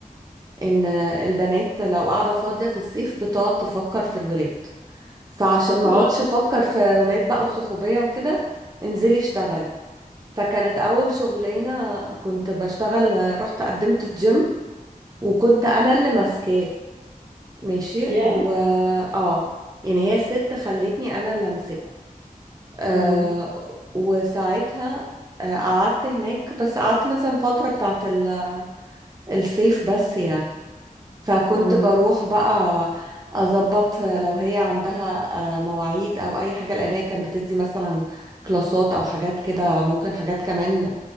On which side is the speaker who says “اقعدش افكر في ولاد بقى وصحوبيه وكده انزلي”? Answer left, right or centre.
Right